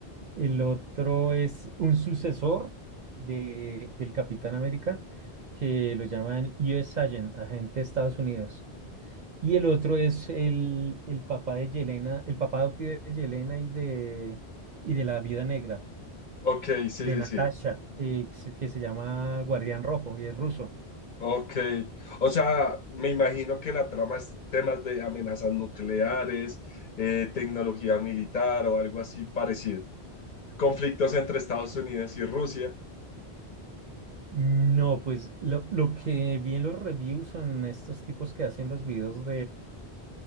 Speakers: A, on the right; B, on the left.
A: El otro es un sucesor de, del Capitán América, que lo llaman US Agent, agente de Estados Unidos. Y el otro es el, el papá de Yelena, el papá adoptivo de Yelena y de, y de la Viuda Negra,
B: ok, sí,
A: de
B: sí,
A: Natasha,
B: sí.
A: eh, que se que se llama Guardián Rojo y es ruso.
B: Ok. O sea, me imagino que la trama es temas de amenazas nucleares, eh, tecnología militar o algo así parecido. Conflictos entre Estados Unidos y Rusia.
A: No, pues lo, lo que vi en los reviews o en estos tipos que hacen los videos